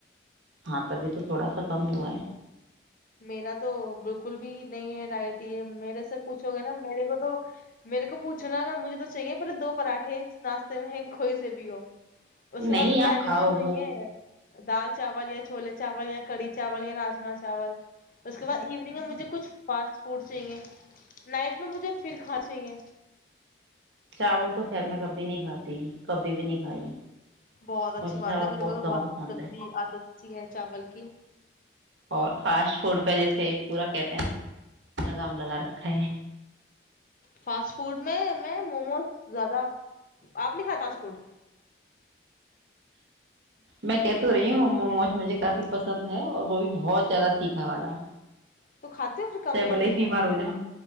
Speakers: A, on the right; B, on the left.
A: ہاں تبھی تو تھوڑا سا کم ہوا ہے
B: میرا تو بالکل بھی نہیں ہے ڈائٹ میرے سے پوچھو گے نا میرے کو تو میرے کو پوچھنا مجھے تو چاہیے پر دو پراٹھے ناشتے میں ہے کھوئی سے بھی ہو اس کے
A: نہیں
B: بعد دوپہر
A: آپ
B: کے
A: کھاؤ
B: مجھے چاہیے
A: وہ
B: دال چاول یا چھولے چاول یا کڑی چاول یا راما چاول <unintelligible> اس کے بعد ایوننگ میں مجھے کچھ فاسٹ پٹ چاہے نائٹ میں مجھے پھر کھا چاہے
A: چاول تو خیر میں کبھی نہیں کھاتی کبھی بھی نہیں کھائی
B: بہت اچھی
A: مجھے
B: بات
A: چاول
B: ہے میرے کو تو
A: کم
B: بہت
A: پسند
B: گندی
A: ہے
B: عادت سی ہے چاول کی
A: اور فاسٹ فوڈ کا جیسے پورا کہتے ہیں لگام لگا رکھا ہے
B: فاسٹ فوڈ میں میں موموز زیادہ آپ نے کھا فاسٹ فوڈ
A: میں کہ تو رہی ہوں موموز مجھے کافی پسند ہے اور وہ بھی بہت زیادہ تیکھا والا
B: تو کھاتے ہو پھر کم
A: س
B: یا
A: بلے ہی
B: نہیں
A: بیمار ہو جان